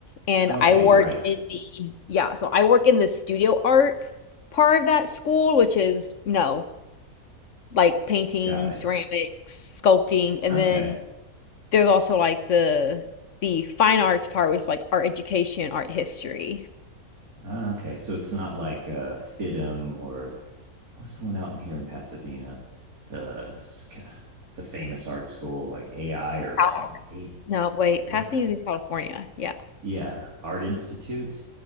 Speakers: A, on the left; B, on the right.
A: And
B: Okay,
A: I work
B: right,
A: in the yeah, so I work in the studio art part of that school, which is, you know, like painting,
B: got it.
A: ceramics, sculpting, and
B: Okay,
A: then there's also like the the fine arts part, which is like art education, art history.
B: Ah, okay. So it's not like uh FIDM or what's the one out in here in Pasadena, the the famous art school like AI or
A: Cal-
B: something. A
A: No, wait,
B: AI,
A: Pasadena's in California. Yeah.
B: yeah, Art Institute.